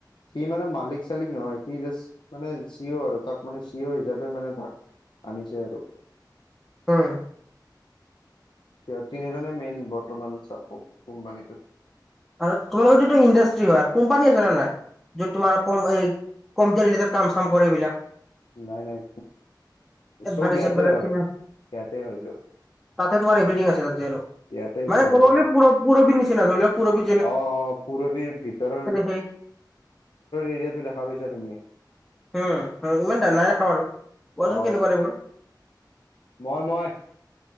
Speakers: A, on the left (about 85°); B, in the centre.
A: সি মানে মালিক চালিক নহয়, সি জাষ্ট মানে চি অ আৰু তাক মানে চি অ হিচাপে। মানে, তাক আনিছে আৰু।
B: অ',
A: সিহঁত তিনিজনে মেইন বৰ্তমান কোম্পানীটোত
B: আৰু, তোমালোকৰত এইটো ইণ্ডাষ্ট্ৰি হয় আৰু কোম্পানী আছে নে নাই? যত, তোমাৰ এই কম্পিউটাৰি কাম চাম কৰে এইবিলাক।
A: নাই, নাই,
B: এডভাৰটাইজ
A: চব ইয়াতে
B: চেডভাৰটাইজ
A: হয় ইয়াতে হয়
B: তাতে, তোমাৰ এভৰিথিং আছে, তাতে আৰু
A: ইয়াতে
B: মানে
A: চব
B: ক'ব
A: হয়
B: গ'লে
A: অ
B: পৰবিৰ নিচিনা ধৰি লক পৰবিৰ
A: অ', অ', পুৰবীৰ ভিতৰৰ
B: সেই
A: এৰিয়াতটো দেখা পাইছা তুমি
B: উম, ইমান ডাঙৰে খাম, আৰু কোৱাচোন
A: অ
B: কেনেকুৱা এইবোৰ
A: মই, মই,